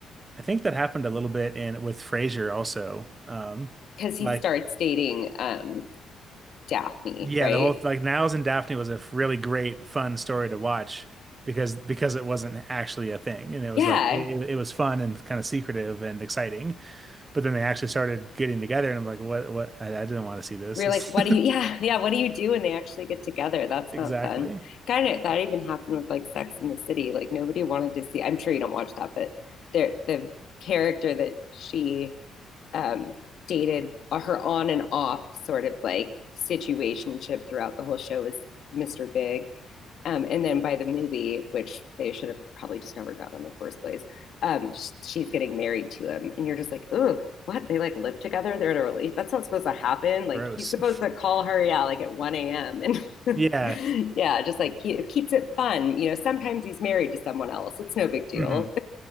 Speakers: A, on the right; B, on the left.
A: I think that happened a little bit in with Frasier also. Um,
B: Cause he
A: like
B: starts dating um Daphne,
A: yeah,
B: right?
A: the whole like Niles and Daphne was a really great fun story to watch because because it wasn't actually a thing and it was
B: Yeah.
A: like it, it was fun and kind of secretive and exciting. But then they actually started getting together and I'm like, what what I, I didn't want to see this.
B: We're
A: This
B: like, what do you yeah, yeah, what do you do when they actually get together?
A: <laughs>
B: That's
A: exactly
B: not fun. Kind of that even happened with like Sex and the City. Like nobody wanted to see I'm sure you don't watch that, but there the character that she um dated uh, her on and off sort of like situationship throughout the whole show was Mr. Big Um, and then by the movie, which they should have probably just never done in the first place, um, she's getting married to him, and you're just like, "Ooh, what? They like live together? They're in a relationship? That's not supposed to happen. Like
A: gross.
B: he's supposed to call her, yeah, like at 1 a.m. And
A: Yeah.
B: <laughs> yeah, just like it keeps it fun. You know, sometimes he's married to someone else. It's no big deal.
A: hmm